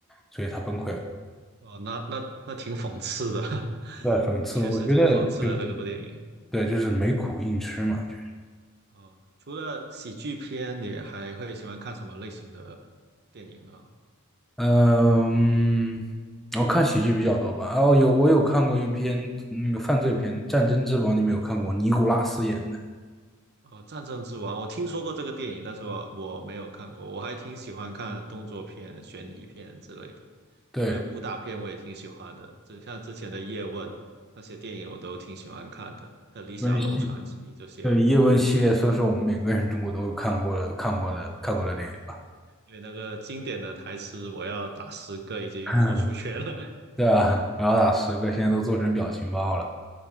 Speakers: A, in the centre; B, on the right.
A: 所以他崩溃了。
B: 哦，那那那挺讽刺的，<laughs>
A: 在讽刺，
B: 确实挺讽刺的这个部电影。
A: 我觉得就是。对，就是没苦硬吃嘛，就是
B: 呃，除了喜剧片，你还会喜欢看什么类型的电影呢？
A: 嗯，我看喜剧比较多吧。哦，有我有看过一篇那个犯罪片《战争之王》，你们有看过？尼古拉斯演的，
B: 呃，《战争之王》我听说过这个电影，但是我我没有看过。我还挺喜欢看动作片、悬疑片之类的，
A: 对，
B: 因为武打片我也挺喜欢的，就像之前的《叶问》那些电影我都挺喜欢看的，还有《李小龙传奇》这些，
A: 温系，对，叶问系列算是我们每个人中国都有看过的、看过的、看过的电影吧。
B: 因为那个经典的台词“我要打十个”已经火出圈了。
A: <laughs> 对啊，
B: <laughs>
A: 然后打十个，现在都做成表情包了。